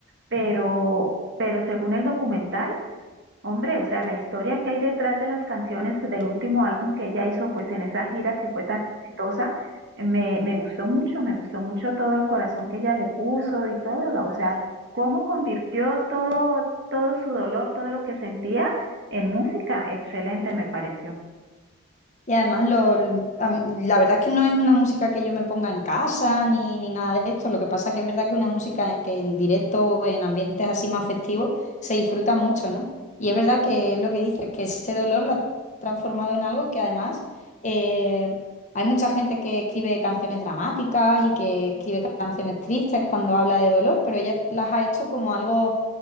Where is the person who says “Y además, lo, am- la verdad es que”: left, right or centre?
Left